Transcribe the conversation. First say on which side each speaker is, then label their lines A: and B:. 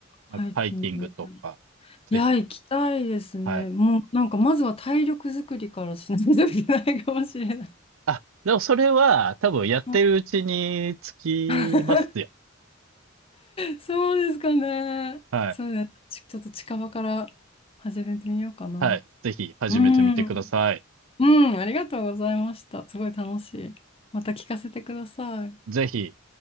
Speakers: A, on the left; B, on the right.
A: ハイキングね。
B: なんかハイキングとか、ぜひ、
A: いや、行きたいですね。
B: はい。
A: もう、なんか、まずは体力作りからしないといけないかもしれない。
B: あ、でもそれは多分やってるうちにつきますよ。
A: <laughs> あそうですかね。
B: はい。
A: そうね。ちちょっと近場から始めてみようかな。
B: はい。ぜひ始めてみてください。
A: うん。うん、ありがとうございました。すごい楽しい。また聞かせてください。
B: ぜひ。